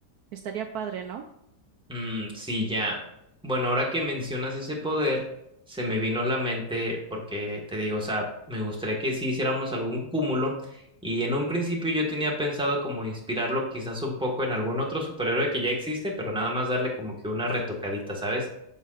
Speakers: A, on the right; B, in the centre.
A: Estaría padre, ¿no?
B: Mm, sí, ya. Bueno, ahora que mencionas ese poder, se me vino a la mente porque te digo, o sea, me gustaría que sí hiciéramos algún cúmulo y en un principio yo tenía pensado como inspirarlo quizás un poco en algún otro superhéroe que ya existe, pero nada más darle como que una retocadita, ¿sabes?